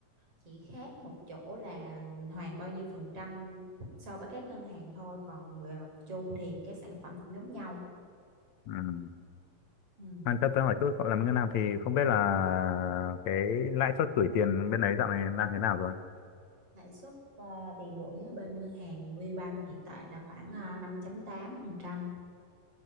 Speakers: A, on the right; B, on the left.
A: chỉ khác một chỗ là hoàn bao nhiêu phần trăm so với các ngân hàng thôi còn về mặt chung thì cái sản phẩm cũng giống nhau
B: ừ.
A: Ừm,
B: anh chắc tới hỏi chút cậu làm ngân hàng thì không biết là cái lãi suất gửi tiền bên đấy dạo này đang thế nào rồi
A: lãi suất ờ, tiền gửi ở bên ngân hàng VBank hiện tại là khoảng uh, năm chấm tám phần trăm